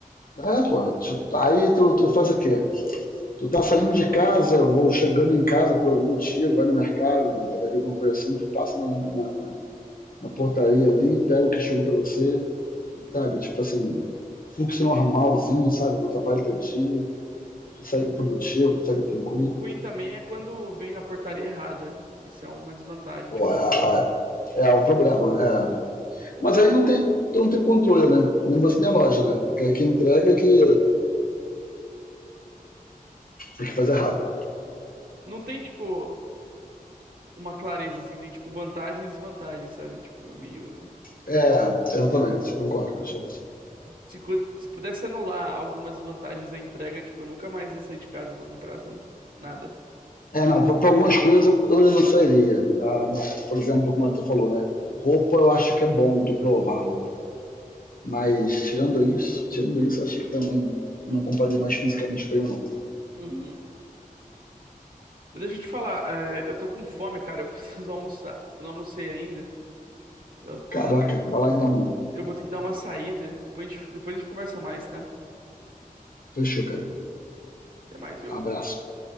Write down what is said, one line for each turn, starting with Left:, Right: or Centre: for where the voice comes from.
Left: É, porra, tu- aí tu, tu faz o quê? Tu tá saindo de casa, ou chegando em casa por algum motivo, vai no mercado, na padaria, alguma coisa assim, tu passa na, na, na, na portaria ali, pega o que chegou para você, sabe? Tipo assim, fluxo normalzinho, sabe? Não atrapalha teu dia, tu segue produtivo, tu segue tranquilo.
Right: O ruim também é quando vem na portaria errada. Isso é uma desvantagem,
Left: Pô,
Right: tipo,
Left: a- a- é o problema. É. Mas aí não tem, tu não tem controle, né? Nem você nem a loja, né? Porque aí quem entrega é que, é que faz errado.
Right: não tem tipo uma clareza assim, tem tipo vantagens e desvantagens, sabe? Tipo, é meio
Left: É, exatamente, concordo, Cristiano.
Right: se, cu- se pudesse anular algumas vantagens da entrega, tipo, eu nunca mais ia sair de casa pra comprar, sabe? Nada.
Left: É, não, pra, pra algumas coisas eu, eu não sairia. Ah, mas, por exemplo, como tu falou, né? Roupa eu acho que é bom tu provar roupa. Mas tirando isso, tirando isso, acho que também não compraria mais fisicamente pra ele, não.
Right: Uhum. Mas deixa eu te falar, é, eu tô com fome, cara, eu preciso <laughs> almoçar. Eu não almocei ainda. Eu tô,
Left: Caraca, vai lá então, mano.
Right: eu vou ter que dar uma saída. Depois a gente, depois a gente conversa mais, tá?
Left: Fechou, cara.
Right: Até mais, eu
Left: Abraço.